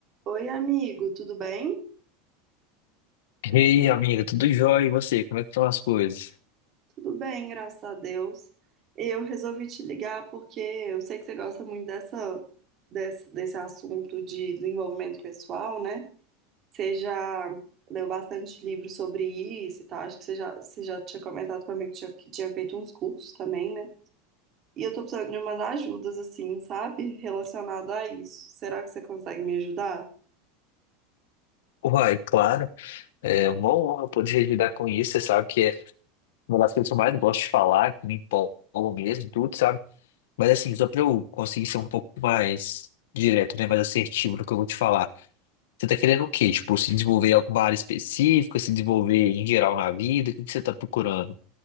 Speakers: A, on the right; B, on the left.
A: Oi, amigo, tudo bem?
B: Ei, amiga, tudo jóia? E você? Como é que estão as coisas?
A: Tudo bem, graças a Deus. Eu resolvi te ligar porque eu sei que você gosta muito dessa, desse, desse assunto de desenvolvimento pessoal, né? Você já leu bastante livro sobre isso e tal. Acho que você já, você já tinha comentado comigo que tinha, que tinha feito uns cursos também, né? E eu tô precisando de umas ajudas, assim, sabe? Relacionado a isso. Será que você consegue me ajudar?
B: Uai, claro, é uma honra poder ajudar com isso. Você sabe que é uma das coisas que eu mais gosto de falar, que me empolgo mesmo, tudo, sabe? Mas assim, só pra eu conseguir ser um pouco mais direto, né? Mais assertivo no que eu vou te falar. Você tá querendo o quê? Tipo, se desenvolver em alguma área específica, se desenvolver em geral na vida? O que que você tá procurando?